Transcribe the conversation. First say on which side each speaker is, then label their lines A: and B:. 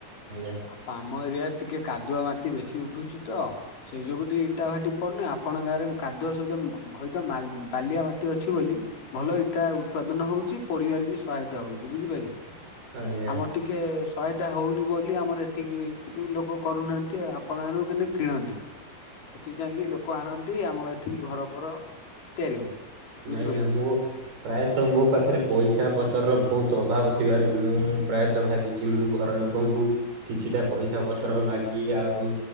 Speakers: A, on the right; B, on the left.
A: ଆଜ୍ଞା
B: ଆପ ଆମ ଏରିଆରେ ଟିକେ କାଦୁଆ ମାଟି ବେଶୀ ଉଠୁଛି ତ ସେଇ ଯୋଗୁଁ ଟିକେ ଇଟା ଭାଟି ପଡ଼ୁନି ଆପଣଙ୍କ ଗାଁରେ କାଦୁଅ ସହିତ ହଇତ ବାଲିଆ ମାଟି ଅଛି ବୋଲି ଭଲ ଇଟା ଉତ୍ପାଦନ ହଉଛି ପଡିବାରେ ବି ସହାୟତା ହଉଛି ବୁଝିପାଇଲେ
A: ଆଜ୍ଞା
B: ଆମର ଟିକ ଟିକେ ସହାୟତା ହଉନି ବୋଲି ଆମର ଏଠିକି କିଛି ଲୋକ କରୁନାହାନ୍ତି ଆପଣ ଆଡୁ କିନ୍ତୁ କିଣନ୍ତି। ସେଠି ଯାଇକି ଲୋକ ଆଣନ୍ତି ଆମର ଏଠିକି ଘରଫର ତିଆରି ହୁଏ।
A: ନାଇଁ
B: ବୁଝିପାରିଲେ।
A: ଆ ମୋ ପ୍ରାୟତଃ ମୋ ପାଖରେ ପଇସା ପତ୍ରର ବହୁତ ଅଭାବ ଥିବାରୁ ମୁଁ ପ୍ରାୟତଃ ଭାବିଛି ମୁଁ ଘର ଲୋକ ଲୋକଙ୍କୁ କିଛିଟା ପଇସା ପତ୍ର ମାଗି ଆଉ